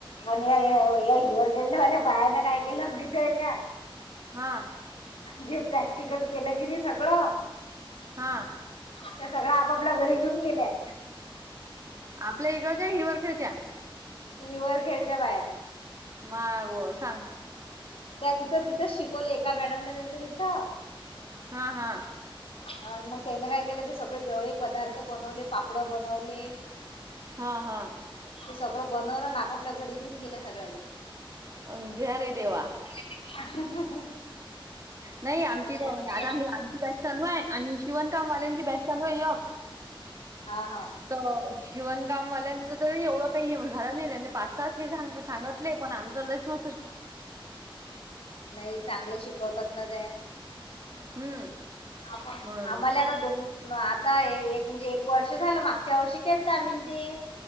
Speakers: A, on the left; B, on the right.
A: अ या या इर कळलंल्या बाया काय केला माहतीय का.
B: हां,
A: जे प्रॅक्टिकल केलं की नाही सगळं.
B: हा.
A: त्या सगळ आपापल्या घरी घेऊन गेल्या.
B: आपल्या इडच्या हिवर खेळच्या.
A: यवर खेळच्या बाया.
B: माय व सांग.
A: त्या तिथं तिथंच शिकवले एका मॅडमला नलं तिथं
B: हा हा
A: अ मग त्याने काय केलं ते सगळे जेवळे पदार्थ बनवले पापड बनवले
B: हा हा
A: ते सगळं बनवलं आणि आपापल्या घरी घेऊन गेल्या सगळ्याजणी
B: अ घ्या रे देवा
A: <inaudible> <inaudible>
B: नाही आमची
A: आणि
B: आता आमची बॅस चालू आहे आणि शिवणकामवाल्यांची बॅच चालू आहे य
A: हा हा
B: तर जिवणकामवाल्यांचं तर एवढं काही झालं नाही त्यांनी पाच सच हेां सांगत पण आमच लसम
A: नाही चांगलं शिकवतात ना ते
B: हम्म
A: आम
B: मग
A: आम्हाला आता दोन न आता एक म्हणजे एक वर्ष झालं मागच्या वर्षी केल तर आ्ी ते